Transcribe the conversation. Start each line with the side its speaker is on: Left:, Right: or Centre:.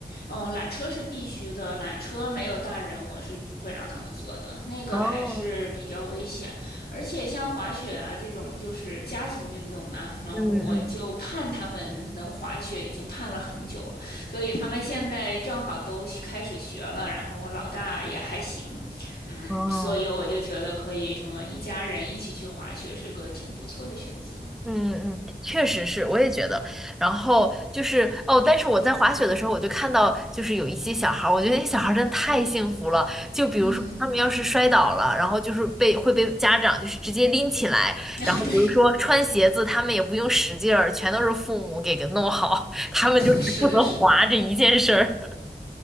Left: 哦，缆车是必须的，缆车没有大人，我是不会让他们坐的，那个还是比较危险。
Centre: 哦，
Left: 而且像滑雪啊这种，就是家庭运动嘛，然后我就盼他们能滑雪，
Centre: 嗯嗯。
Left: 已经盼了很久了。所以他们现在正好都开始学了，然后我老大也还行，嗯，
Centre: 哦，
Left: 所以我就觉得可以这么一家人一起去滑雪，是个挺不错的选择。
Centre: 嗯嗯，确实是，我也觉得。然后就是哦，但是我在滑雪的时候，我就看到就是有一些小孩儿，我觉得那些小孩儿真的太幸福了。就比如说他们要是摔倒了，
Left: 嗯，
Centre: 然后就是被会被家长就是直接拎起来，
Left: <laughs>
Centre: 然后比如说穿鞋子，
Left: 对，
Centre: 他们也不用使劲儿，全都是父母给给弄好，<laughs> 他们就只负责滑这一件事儿。
Left: 是的，是的。
Centre: <laughs>